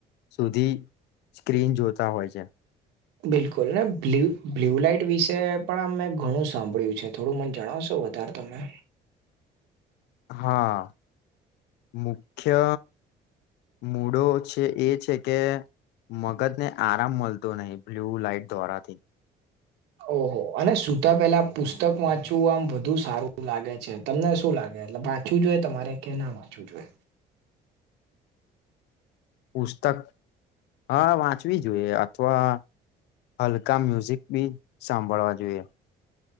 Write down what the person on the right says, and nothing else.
બિલકુલ ને બ્લુ બ્લુ લાઈટ વિશે પણ આમ મેં ઘણું સાંભળ્યું છે થોડું મને જણાવશો? તાર તમે.
ઓહો અને સુતા પહેલા પુસ્તક વાંચવું આમ વધુ સારું લાગે છે તમને શું લાગે? એટલે વાંચવું જોઈએ તમારે કે ના વાંચવું જોએ?